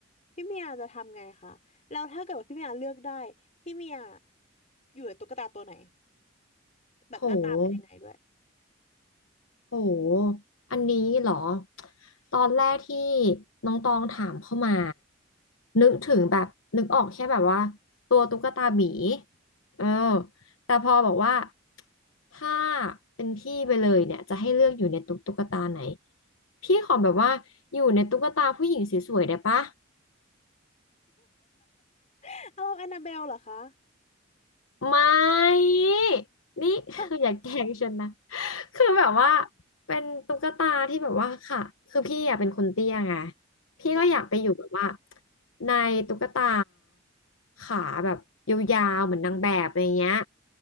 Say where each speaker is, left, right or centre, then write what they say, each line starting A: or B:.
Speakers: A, on the left; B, on the left.
A: พี่เมียจะทำไงคะแล้วถ้าเกิดว่าพี่เมียเลือกได้พี่เมียอยู่ในตุ๊กตาตัวไหนแบบหน้าตาเป็นยังไงด้วย
B: โหโหอันนี้เหรอตอนแรกที่น้องตองถามเข้ามานึกถึงแบบนึกออกแค่แบบว่าตัวตุ๊กตาหมีเออแต่พอบอกว่าถ้าเป็นพี่ไปเลยเนี่ยจะให้เลือกอยู่ในตุ๊กตุ๊กตาไหนพี่ขอแบบว่าอยู่ในตุ๊กตาผู้หญิงสวยๆได้ปะ
A: <laughs> อารมณ์แอนนาเบลเหรอคะ
B: ไม่นี่ <laughs>
A: อ่า
B: อย่าแกล้งฉันนะ คือแบบว่าเป็นตุ๊กตาที่แบบว่าค่ะคือพี่อาะเป็นคนเตี้ยไงพี่ก็อยากไปอยู่แบบว่า
A: อ่า
B: ในตุ๊กตาขาแบบยาวๆเหมือนนางแบบอะไรเงี้ย